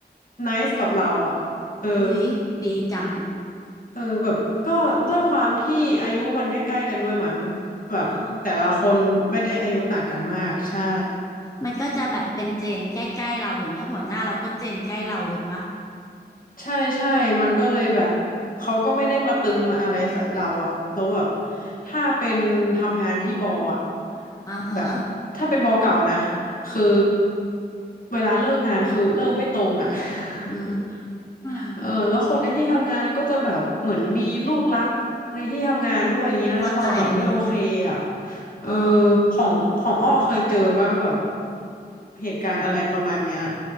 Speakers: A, on the left; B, on the left.
A: ไนซ์กับเราอะเออ
B: อุ๊ยดีจัง
A: เออแบบก็ด้วยความที่อายุมันใกล้ๆกันด้วยมั้งแบบแต่ละคนไม่ได้อายุต่างกันมากใช่
B: อ๋อ มันก็จะแบบเป็นเจนใกล้ๆเราอย่างเงี้ยหัวหน้าเราก็เจนใกล้เราเลยปะ
A: ใช่ใช่มันก็เลยแบบเขาก็ไม่ได้มาตึงมาอะไรใส่เราอะแล้วแบบถ้าเป็นทำงานที่บออะ
B: อ่าฮะ
A: แบบถ้าเป็นบอเก่านะคือเวลาเลิกงานคือเลิกไม่ตรงอะ <laughs>
B: อืม
A: เออแล้วคนในที่ทำงานก็จะแบบเหมือนมีลูกรักในที่ทำงานด้วยอย่างเงี้ยแล้วเราแบบไม่โอเคอ่ะ
B: เข้าใจเลย
A: เออ
B: อ๋อ
A: ของของอ้อเคยเจอป่ะแบบเหตุการณ์อะไรประมาณเนี้ย